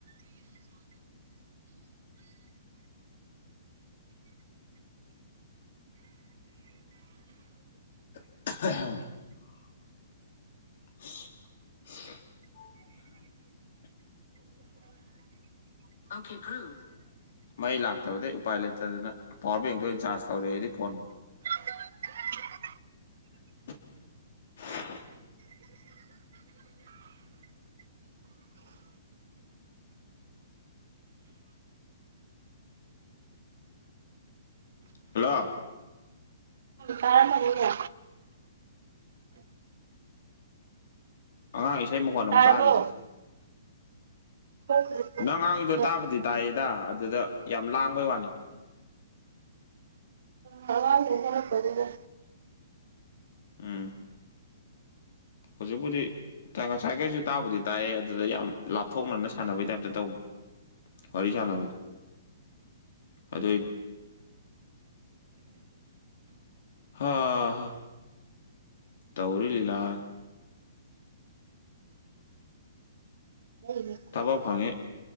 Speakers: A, on the left; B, on the right.
A: <unintelligible> <unintelligible> ꯑꯣꯈꯦ ꯕꯔꯨ ꯃꯩ ꯂꯥꯛꯇꯕꯗꯩ ꯎꯄꯥꯏ ꯂꯩꯇꯗꯅ ꯄꯥꯋꯥꯔ ꯕꯦꯡꯇ ꯑꯣꯏꯅ ꯆꯥꯔꯖ ꯇꯧꯔꯦ ꯑꯩꯗꯤ ꯐꯣꯟ
B: <unintelligible>
A: <inaudible> ꯍꯜꯂꯣ
B: ꯇꯥꯔꯝꯃꯅꯤꯅꯦ
A: ꯑꯉꯥꯡ ꯏꯁꯩ ꯃꯈꯣꯟ ꯑꯃꯨꯛ
B: ꯇꯥꯔꯕꯣ
A: ꯇꯥꯈꯤꯗ꯭ꯔꯦ
B: ꯑꯉꯥꯡꯗꯨ
A: ꯅꯪ ꯉꯥꯡꯉꯤꯗꯣ ꯇꯥꯕꯨꯗꯤ ꯇꯥꯏꯌꯦꯗ ꯑꯗꯨꯗ ꯌꯥꯝ ꯂꯥꯡꯕꯩ ꯋꯥꯅꯤ
B: ꯍꯧꯒꯠꯂꯛꯄꯗꯨꯗ
A: ꯎꯝ ꯍꯧꯖꯤꯛꯄꯨꯗꯤ ꯉꯁꯥꯏ ꯒꯩꯁꯨ ꯇꯥꯕꯨꯗꯤ ꯇꯥꯏꯑꯦ ꯑꯗꯨꯗ ꯌꯥꯝ ꯂꯥꯞꯊꯣꯛꯅꯅ ꯁꯥꯟꯅꯕꯩ ꯇꯥꯏꯞꯇ ꯇꯧꯕ ꯋꯥꯔꯤꯁꯥꯟꯅꯕꯗꯨ ꯑꯗꯨꯏꯅꯤ ꯍꯥ ꯍꯥ ꯇꯧꯔꯤ ꯂꯤꯂꯥ ꯁꯦ
B: <unintelligible>
A: ꯊꯕꯛ ꯐꯪꯉꯤ